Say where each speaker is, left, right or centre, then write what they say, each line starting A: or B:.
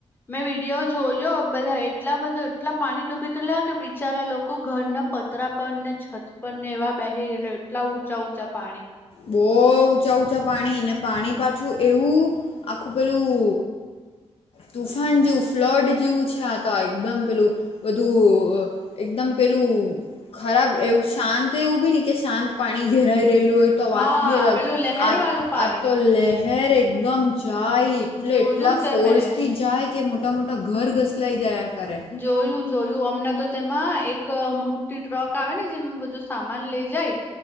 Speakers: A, on the left (about 20°); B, on the left (about 55°).
A: મેં વિડીયો જોયો, બધા એટલા બધા એટલા પાણી ડૂબી ગયલા, કે બિચારા લોકો ઘર ના પ તરા પરને, છત પરને, એવા બેહિ રહેલા, એટલા ઊંચા ઊંચા પાણી
B: બહુ ઊંચા ઊંચા પાણી, ને પાણી પાછું એવું આખું પેલું તુફાન જેવું, ફ્લડ જેવું છે, આ તો એકદમ પેલું બધું અ એકદમ પેલું ખરાબ એવું, શાંત એવું બી નહી કે શાંત પાણી ઘેરાઈ રહેલું હોય તો
A: હા
B: વાત બી અલગ,
A: પેલું લહેર
B: આ
A: વાળું પાણી
B: આ તો લહેર એકદમ જાય એટલે
A: જોયું
B: એટલા
A: તે
B: ફોર્સ
A: મેં
B: થી જાય કે મોટા મોટા ઘર ઘસલાઈ જાયા કરે.
A: જોયું જોયું અમનેં તો તેમાં એક મોટી ટ્રક આવે ને જેમાં બધુ સામાન લઈ જાય